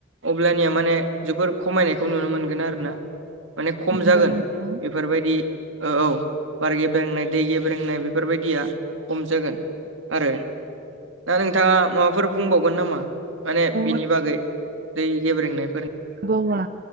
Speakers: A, on the right (about 80°); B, on the right (about 50°).
A: अब्लानिया माने जोबोर खमायनायखौ नुनो मोनगोन आरो ना माने खम
B: नंगौ
A: जागोन
B: नोंथां
A: बे बेफोरबायदि औ औ बार गेब्रेंनाय दै गेब्रेंनाय बेफोरबायदिया खम जागोन आरो आरो थाङा माबाफोर बुंबावगोन नामा? माने
B: अ
A: बिनि बागै दै गेब्रेंनायफोर
B: बौवा